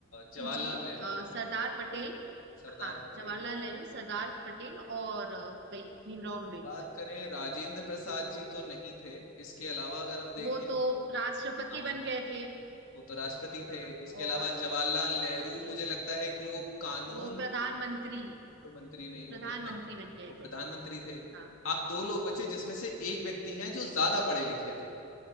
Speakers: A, on the left (about 75°); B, on the right (about 55°).
A: जवाहरलाल
B: जी
A: नेहरू
B: अ, सरदार पटेल
A: सरदार
B: हाँ
A: पटेल
B: जवाहरलाल नेहरू सरदार पटेल और अ, भाई भीमराव अम्बेडकर
A: बात करें राजेंद्र प्रसाद
B: तो
A: जी तो नहीं थे इसके अलावा अगर हम देखें
B: वो तो राष्ट्रपति
A: हाँ
B: बन गए थे
A: वो तो राष्ट्रपति थे
B: हाँ
A: इसके
B: और
A: अलावा जवाहरलाल नेहरू
B: जी
A: मुझे
B: जी
A: लगता है कि वो कानून
B: वो प्रधानमंत्री
A: तो मंत्री नहीं
B: प्रधानमंत्री
A: होंगे हाँ
B: बन गए
A: वो प्रधानमंत्री
B: थे
A: थे
B: हाँ
A: आप दो लोग बचे जिसमें से
B: जी
A: एक
B: जी
A: व्यक्ति हैं जो ज्यादा पढ़े लिखे थे